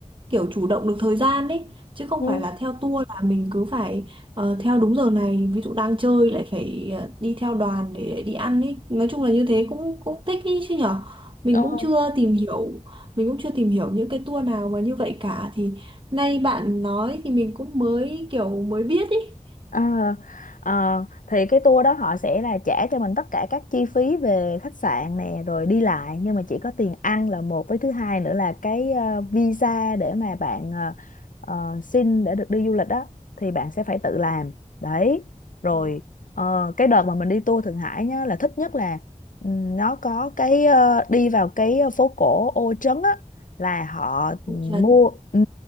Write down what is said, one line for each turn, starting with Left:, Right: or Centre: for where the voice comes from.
Right: kiểu chủ động được thời gian ấy chứ không
Left: Ừ.
Right: phải
Left: Ừ.
Right: là theo tour là mình cứ phải ờ, theo đúng giờ này ví dụ đang chơi lại phải ờ, đi theo đoàn để, để đi ăn ấy nói chung là như thế cũng cũng thích ý chứ nhở mình
Left: Ờ,
Right: cũng chưa tìm hiểu mình cũng chưa tìm hiểu những cái tour nào mà như vậy cả thì nay bạn nói thì mình cũng mới kiểu mới biết ấy
Left: Ờ, ờ, thì cái tour đó họ sẽ là trả cho mình tất cả các chi phí về khách sạn nè rồi đi lại nhưng mà chỉ có tiền ăn là một với thứ hai nữa là cái ờ, visa để mà bạn ờ, ờ, xin để được đi du lịch đó thì bạn sẽ phải tự làm đấy rồi
Right: Ờ,
Left: ờ, cái đợt mà mình đi tour Thượng Hải nhá là thích nhất là ừm, nó có cái ờ, đi vào cái phố cổ Ô Trấn á là họ mua
Right: Ô Trấn.
Left: ừ